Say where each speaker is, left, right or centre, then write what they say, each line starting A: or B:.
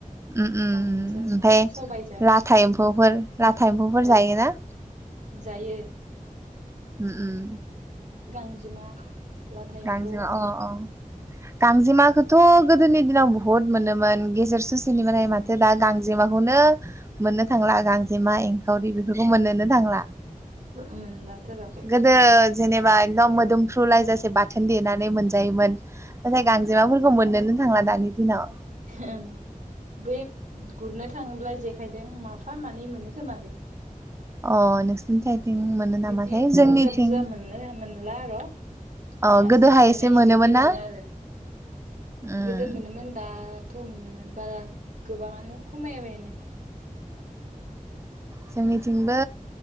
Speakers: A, on the right; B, on the right.
A: ओम ओम।
B: साम'जों
A: ओमफ्राय
B: सबायजों
A: लाथा एम्फौफोर लाथा एम्फौफोर
B: औ
A: जायोना?
B: जायो।
A: ओम ओम।
B: गांजेमा लाथा एम्फौ
A: गांजेमा अ' अ'। गांजेमाखौथ' गोदोनि दिनाव बुहुत मोनोमोन गेजेर ससेनिफ्राय
B: उम
A: माथो दा गांजेमा गांजेमाखौनो मोननो थांला गांजेमा एंखावरि बेफोरखौ मोननोनो थांला।
B: मोनला थ' आरो।
A: गोदो जेनेबा एकदम मोदोमफ्रुलायजासे बा थोन देनानै मोनजायोमोन नाथाय गांजेमाफोरखौ मोननोनो थांला दानि दिनाव
B: ओं बे गुरनो थाङोब्ला जेखायजों माफा मानै मोनो खोमालै
A: अ नोंसिनिथिं? मोनो
B: बिदि
A: नामाथाय जोंनिथिं
B: बुरजा बुरजा मोननो मोनला आर'
A: अ
B: मासे
A: गोदोहाय
B: मानै
A: एसे मोनोमोन
B: बिदि मोनो
A: ना
B: आरो
A: उम
B: गोदो मोनोमोन दा थ' मोननो बारा गोबाङानो खमायाबायानो
A: जोंनिथिंबो